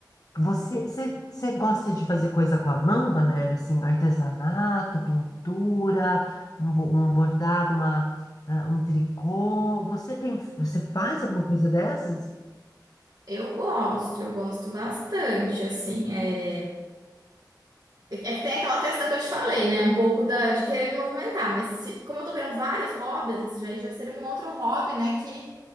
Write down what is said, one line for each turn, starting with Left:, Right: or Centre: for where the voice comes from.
Left: você, você, você gosta de fazer coisa com a mão, Valéria? Assim, artesanato, pintura, um, bo- um bordado, uma, ah, um tricô. Você tem, você faz alguma coisa dessas?
Right: Eu gosto, eu gosto bastante, assim. é, É que tem aquela questão que eu te falei, né? Um pouco da, de querer me movimentar, mas se- como eu tô querendo vários hobbies, esse já, já seria um outro hobby, né? Que,